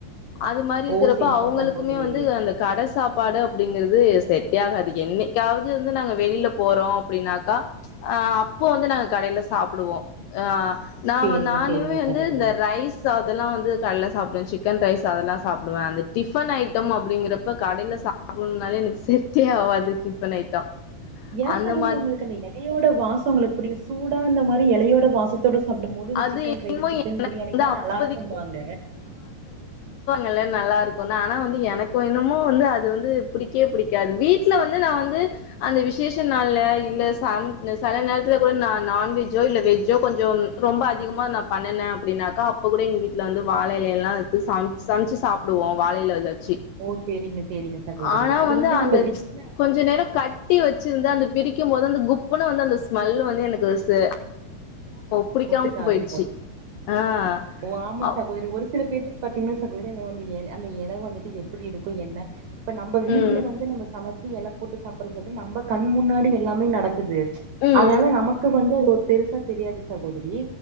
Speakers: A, on the left; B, on the right.
A: அது மாரி இருக்கறப்ப
B: ஓ சேரிங்க
A: அவுங்களுக்குமே
B: சகோதரி
A: வந்து அந்த கட சாப்பாடு அப்டிங்கறது செட்டே ஆகாது என்னைக்காவது வந்து நாங்க வெளியில போறோ அப்டின்னாக்கா ஆ அப்போ வந்து நாங்க கடையில சாப்புடுவோ ஆஹ நா
B: சேரிங்க
A: நானுமே
B: சேரிங்க
A: வந்து
B: சகோதரி
A: இந்த ரைஸ் அதெல்லா வந்து கடையில சாப்டுவே சிக் கன் ரைஸ் அதெல்லா சாப்டுவே அந்த டிஃபன் ஐட்டோ அப்டிங்கறப்ப கடையில சாப்பிடணுனால எனக்கு செட்டே ஆகாது டிஃபன் ஐட்டம்
B: ஏயா
A: அந்த
B: சகோதரி
A: மாரி
B: உங்களுக்கு அந்த எலையோட வாசோ உங்களுக்கு புடிகாது சூடா இந்த மாரி எலையோட வாச தோட சாப்புடும் போது இந்த
A: அது
B: சிக்கன்
A: என்னமோ
B: ரைஸ்ஸு சிக்கன் பிரியாணிக
A: வந்து
B: எல்லா
A: அப்போதைக்கு
B: நல்லா இருக்கும்பாங்க
A: எல்ல நல்லா இருக்குன்னு ஆனா வந்து எனக்கு என்னமோ வந்து அது வந்து புடிக்கவே புடிக்காது வீட்டுல வந்து நா வந்து அந்த விஷ் விஷேஷ நாள்ல இல்ல சாமி இந்த செல நேரத்துல கூட நா நான்வெஜ் ஜோ இல்ல வெஜ்ஜோ கொஞ்சோ ரொம்ப அதிகமா நா பண்ணனே அப்டின்னாக்கா அப்ப கூட எங்க வீட்ல வந்து வாழ எலை எல்லா எடுத்து சம்ச் சமச்சு சாப்டுவோ வாழை இலையில வச்சி
B: ஓ சேரிங்க சேரிங்க சகோதரி
A: ஆனா
B: அது
A: வந்து அந்த
B: நம்ம வீட்ல
A: கொஞ்சோ நேர கட்டி வெச்சிருந்த அந்த பிரிக்கும் போது அந்த குப்புன்னு வந்து அந்த ஸ்மல்லு வந்து எனக்கு சே <inaudible> பிடிக்காம
B: ஒத்துக்காது
A: போயிறிச்சி
B: போல
A: ஆஹ
B: ஓ ஆமா
A: அ
B: சகோதரி ஒரு சில பேத்துக்கு பாத்தீங்கன்னா சகோதரி அந்த வந்து எல அந்த எல வந்துட்டு எப்டி இருக்கோ என்ன இப்ப நம்ம வீட்டுல
A: ம்
B: வந்து நம்ம சமைச்ச சி எல போட்டு சாப்புடுறது நம்ம கண் முன்னாடி எல்லாமே நடக் குது
A: ம்
B: அதனால நமக்கு வந்து அது ஒத் பெருசா தெரியாது சகோதரி